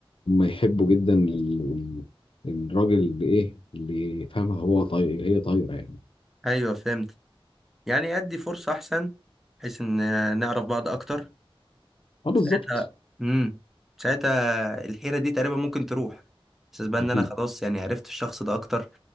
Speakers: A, on the left; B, in the centre.
A: هم يحبوا جدا ال... الراجل اللي ايه اللي يفهمها هو طاير هي طايره يعني
B: ايوه فهمت يعني ادي فرصة احسن بحيث ان نعرف بعض اكتر
A: اه بالظبط
B: ساعتها امم ساعتها الحيرة دي تقريبا ممكن تروح بس بقى ان
A: اكيد
B: انا خلاص يعني عرفت الشخص ده اكتر